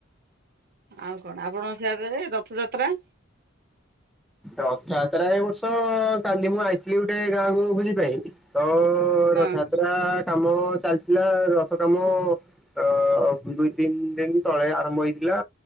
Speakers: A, on the right; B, in the centre.
A: ଆଉ କଣ ଆପଣଙ୍କ ସିଆଡେ ରଥଯାତ୍ରା।
B: ରଥଯାତ୍ରା ଏ ବର୍ଷ କାଲି ମୁଁ ଆଇଥିଲି ଗୋଟେ ଗାଁକୁ ଭୋଜି ପାଇଁ ତ
A: ହଁ।
B: ରଥଯାତ୍ରା କାମ ଚାଲିଥିଲା ରଥ କାମ ଅ ଦୁଇ ତିନି ଦିନ ତଳେ ଆରମ୍ଭ ହେଇଥିଲା।